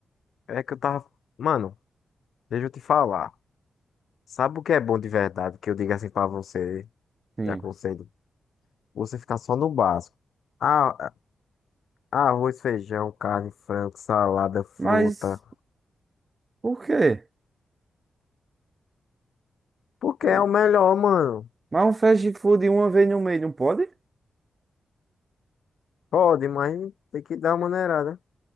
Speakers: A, on the left (about 80°); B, on the right (about 30°).
A: É que eu tava. Mano, deixa eu te falar. Sabe o que é bom de verdade? Que eu digo assim pra você,
B: Sim.
A: te aconselho. Você ficar só no básico. Ah, ah, arroz, feijão, carne, frango, salada, fruta.
B: Mas por quê?
A: Porque
B: Eu-
A: é o melhor, mano.
B: Mas um fast food uma vez no mês não pode?
A: Pode, mas tem que dar uma maneirada.